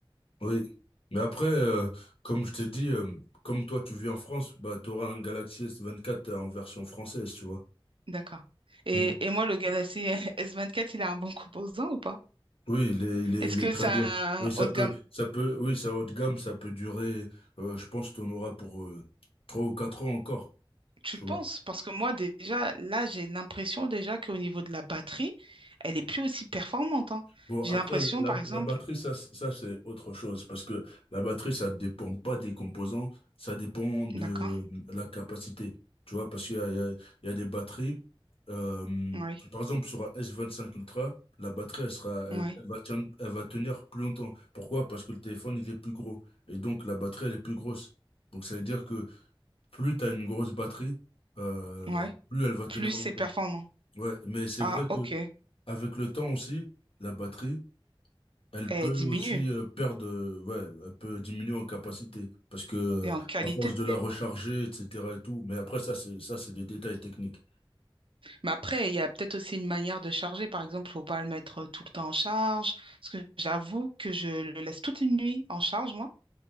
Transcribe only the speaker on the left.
oui. Mais après, euh, comme je t'ai dit, euh, comme toi, tu vis en France, bah, tu auras un Galaxy S24 en version française, tu vois.
Mmh.
Oui, il est, il est,
il
est très
bien.
Et ça
peut,
ça peut, oui, ça haut de gamme, ça peut durer, euh, je pense qu'on aura pour euh, trois ou quatre ans encore,
tu
vois.
Bon, après,
la,
la batterie, ça, c- ça c'est autre chose, parce que la batterie, ça dépend pas des composants, ça dépend de
euh, la capacité, tu vois, parce qu'il y a, il y a, il y a des batteries, euh,
par exemple, sur un s vingt cinq Ultra, la batterie, elle sera, elle,
elle va tenir, elle va tenir plus longtemps. Pourquoi? Parce que le téléphone, il est plus gros, et donc la batterie, elle est plus grosse. Donc, ça veut dire que plus tu as une grosse batterie, euh,
plus elle va tenir
longtemps.
Ouais, mais c'est
vrai que
avec le temps aussi, la batterie, elle
peut
aussi euh, perdre, euh, ouais, elle peut diminuer en capacité parce que euh,
à force de la recharger, etc. et tout. Mais après ça, c'est ça, c'est des détails techniques.